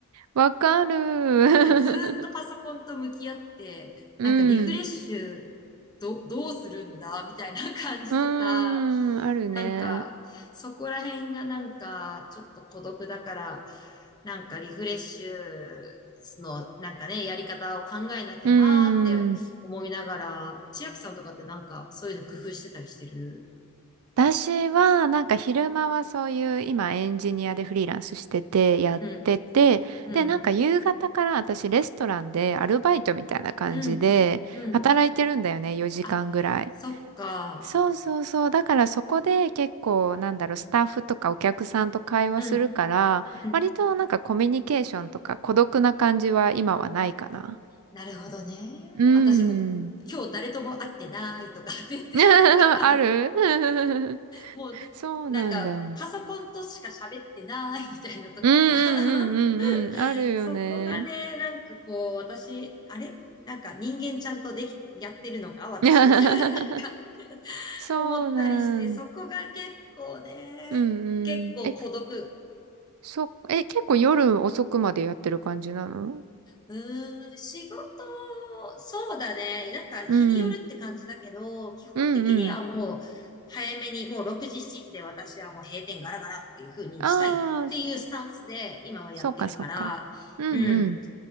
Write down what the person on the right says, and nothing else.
わかる。<laughs>
う
ん。
うーん。あるね。
うーん。
私は、なんか昼間はそういう、今エンジニアでフリーランスしてて、やってて、
で、なんか夕方から私レストランでアルバイトみたいな感じで、
働いてるんだよね、4時間ぐらい。
そうそうそう。だからそこで結構、なんだろう、スタッフとかお客さんと会話するから、
割となんかコミュニケーションとか孤独な感じは今はないかな。
うー
ん。
<laughs> ある <laughs>
そうなんだ。
うんうんうんうんうん。
あるよね。
<laughs> そうなん。
うんうん。
え、そ、え、結構夜遅くまでやってる感じなの
うん。
うんうん。
ああ、そっかそっか。うんうん。